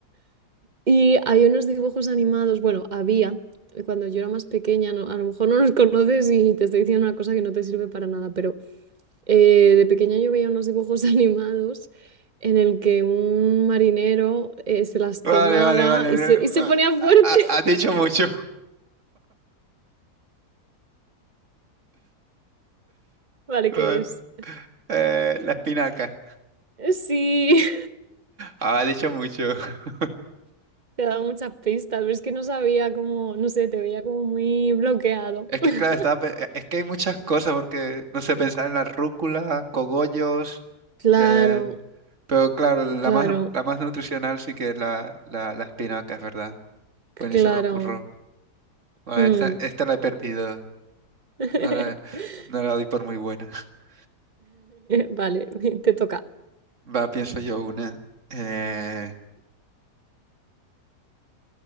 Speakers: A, on the right; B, on the right.
A: y hay unos dibujos animados, bueno, había, cuando yo era más pequeña, no- a lo mejor no los <laughs> conoces y te estoy diciendo una cosa que no te sirve para nada, pero Eh, de pequeña yo veía unos dibujos <laughs> animados en el que un marinero eh, se las
B: Vale,
A: tomaba
B: vale, vale.
A: y se, y se
B: Ah,
A: ponía fuerte.
B: ah, ah, Ha dicho mucho.
A: <laughs> Vale,
B: Vale.
A: ¿qué es?
B: Eh, la espinaca.
A: Eh, Sí,
B: Ah, ha dicho mucho. <laughs>
A: <laughs> te ha dado muchas pistas, pero es que no sabía cómo, no sé, te veía como muy bloqueado.
B: Es
A: <laughs>
B: que, claro, estaba, pe- es que hay muchas cosas porque, no sé, pensar en la rúcula, cogollos.
A: Claro,
B: eh, pero, claro, la
A: claro,
B: más, la más nutricional sí que es la, la, la espinaca, es verdad. Pues
A: claro.
B: ni se me ocurrió. Vale,
A: Hmm.
B: esta, esta la he perdido.
A: <laughs>
B: No la, no la doy por muy buena. <laughs>
A: Vale, <laughs> te toca.
B: Va, pienso yo una. Eh,